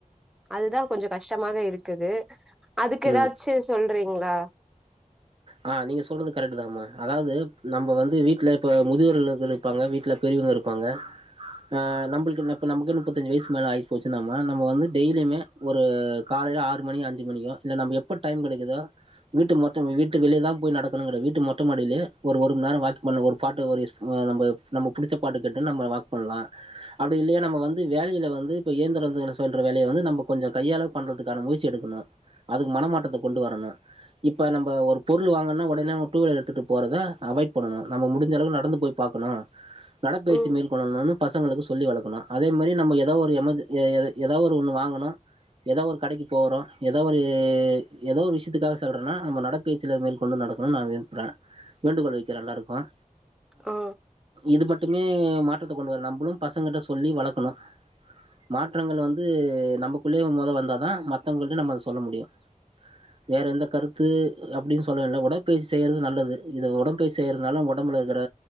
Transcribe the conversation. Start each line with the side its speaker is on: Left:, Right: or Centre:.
Centre: அதுதா கொஞ்சோ கஷ்டமாக இருக்குது அதுக்கு
Right: ம்
Centre: ஏதாச்சு சொல்றீங்களா
Right: ஆ நீங்க சொல்றது கரெக்ட் தாமா அதாவது நம்ம வந்து வீட்ல இப்ப முதியோர் இல்லத்துல இருப்பாங்க வீட்ல பெரியவுங்க இருப்பாங்க ஆ நம்மளுக்குப்ப நமக்கு முப்பத்தஞ்சு வயசு மேல ஆயி போச்சு நம் வந்து டெய்லியுமே ஒரு காலையில ஆறு மணி அஞ்சு மணியோ இல்ல நம்ம எப்ப டைம் கிடைக்குதோ வீட்டு மொத்த வீட்டு விட்டு வெளிய தா போய் நடக்கணும் கிடையா வீட்டு மொட்ட மாடியிலே ஒரு ஒரு மணி நேரம் வாக் பண்ண ஒரு பாட்டு ஒரு நம் நம்ம பிடிச்ச பாட்டு கேட்டு நம்ம வாக் பண்லாம் அப்படி இல்லையா நம்ம வந்து வேலையில வந்து இப்ப இயந்திர வேல சொல்ற வேலை வந்து நம்ம கொஞ்சம் கையால பண்றதுக்கான முயற்சி எடுக்கணு அதுக்கு மனமாற்றத்த கொண்டு வரணும் இப்ப நம்ப ஒரு பொருள் வாங்கலனா உடனே அவன் டூவீலர எடுத்துட்டு போறத அவாய்ட் பண்ணணும் முடிஞ்ச அளவு நடந்து போய் பாக்கணும் நடைபயிற்சி
Centre: ம்
Right: மேற்கொள்ளலானும் பசங்களுக்கு சொல்லி வளக்கணும் அதே மாரி நம்ம ஏதாவ ஒரு எமர்ஜ ஏதாவது ஒரு ஒண்ணு வாங்கனு ஏதோ ஒரு கடைக்கி போறோம் எதோ ஒரு ‌ஏதோ ஒரு விஷயத்துக்காக சொல்றோனா நம்ம நட பயிற்சிய மேற்கொண்டு நடக்கணும்னு நா விரும்ப்புற வேண்டுகோள் வைக்கிற எல்லாருக்கும்
Centre: ஆ
Right: இது மட்டுமே மாற்றத்த கொண்டு வரு நம்புளு பசங்ககிட்ட சொல்லி வளக்கணு மாற்றங்கள் வந்து நமக்குள்ளயே மொத வந்தா தா மத்தவங்கள்டையு நம்ம அத சொல்ல முடியு வேற எந்த கருத்து அப்டின்னு சொல்லவில்ல உடற்பயிற்சி செய்யறது நல்லது இது உடம்பயிற்சி செய்றதுனால உடம்புல இருக்கிற